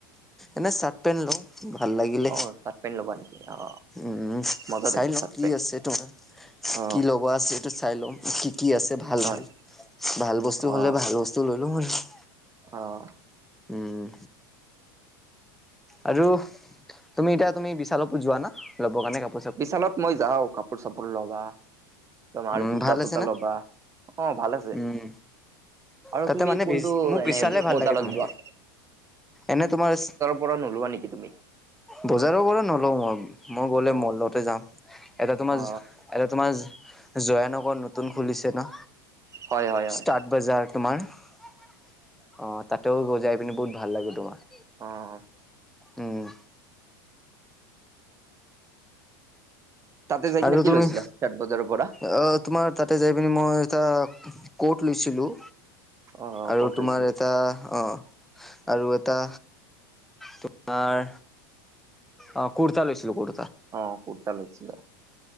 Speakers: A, in the centre; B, on the right.
A: এনে চাৰ্ট পেন্ট লওঁ ভাল লাগিলে,
B: অ চাৰ্ট পেণ্ট ল'বা নেকি অ
A: উম
B: মজা
A: চাই
B: দেখোন
A: লও
B: চাৰ্ট
A: কি
B: পেণ্ট
A: আছে তোমাৰ
B: অ
A: কি ল'ব আছে, চাই লম কি কি আছে ভাল
B: হয়
A: ভাল ভাল বস্তু
B: অ
A: হ'লে ভাল বস্তু লৈ লও আৰু
B: অ',
A: উম আৰু তুমি এতিয়া তুমি বিশালত যোৱা না লবৰ কাৰণে কাপ
B: বিশালত মই যাওঁ কাপোৰ চাপোৰ লবা তোমাৰ
A: উম
B: কূৰ্তা
A: ভাল
B: চূৰ্তা
A: আছে না
B: লবা অ' ভাল আছে,
A: উম
B: আৰু
A: তাতে
B: তুমি
A: মানে
B: কোনটো
A: মোক
B: এনে
A: বিশালে ভাল
B: বজাৰত
A: লাগে তোমাৰ
B: যোৱা‌?
A: এনে তোমাৰ
B: পৰা নোলোৱা নেকি তুমি?
A: বজাৰৰ পৰা নলওঁ মই মই গ'লে
B: অ
A: মলতে যাম এটা তোমাৰ
B: অ
A: এটা তোমাৰ জয়ানগৰ নতুন খুলিছে ন‌
B: হয় হয় হয়
A: ষ্টাৰ্ট, বজাৰ তোমাৰ অ' তাতেও জাই পিনি বহুত ভাল লাগে তোমাৰ
B: অ',
A: উম
B: তাতে যাই কিনি
A: আৰু
B: কি
A: তুমি
B: লৈছিলা ষ্টেট বজাৰৰ পৰা?
A: অ তোমাৰ তাতে যাই পিনি মই এটা ক'ট লৈছিলোঁ,
B: অ
A: আৰু
B: ক'ত
A: তোমাৰ
B: লৈছিলা
A: এটা অ' আৰু এটা, তোমাৰ অ কুৰ্তা লৈছিলো কুৰ
B: অ কুুৰ্তা লৈছিলে,